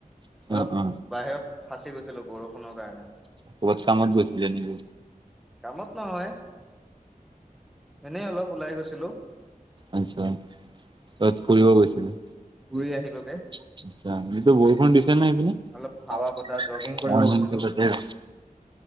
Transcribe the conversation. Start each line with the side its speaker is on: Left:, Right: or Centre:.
Right: অ
Centre: অলপ
Right: অ
Centre: বাহিৰত ফাঁচি গৈছিলো বৰষুণৰ কাৰণে
Right: কবাত কামত গৈছিলে নেকি
Centre: কামত নহয় এনেই অলপ ওলাই গৈছিলো
Right: আচ্ছা তাত ফুৰিব গৈছিলে
Centre: ঘুৰি আহিলোগে
Right: আচ্ছা দিনটো বৰষুণ দিছে নে সেইপিনে
Centre: অলপ হাৱা
Right: অ মৰ্জুনহঁতে
Centre: বতাহ জগিং কৰিব গৈছিলো
Right: তাতে আছে